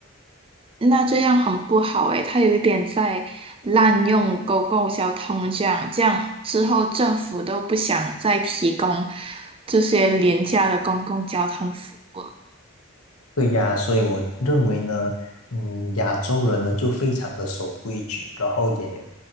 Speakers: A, on the right (about 25°); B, on the left (about 85°).
A: 那这样很不好诶，它有一点在滥用公共交通这样，这样之后政府都不想再提供这些廉价的公共交通服务。
B: 对呀，所以我认为呢，嗯，亚洲人呢就非常的守规矩，然后也